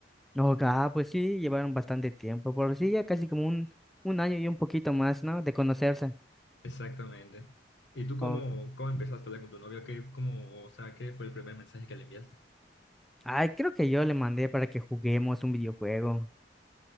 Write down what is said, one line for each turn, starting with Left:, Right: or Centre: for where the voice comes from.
Centre: No, ah, pues sí, llevaron bastante tiempo, por sí, ya casi como un, un año y un poquito más, ¿no? De conocerse.
Left: Exactamente. ¿Y tú cómo,
Centre: O-
Left: cómo empezaste a hablar con tu novio? ¿Qué, cómo, o sea, qué fue el primer mensaje que le enviaste?
Centre: Ay, creo que yo le mandé para que juguemos un videojuego.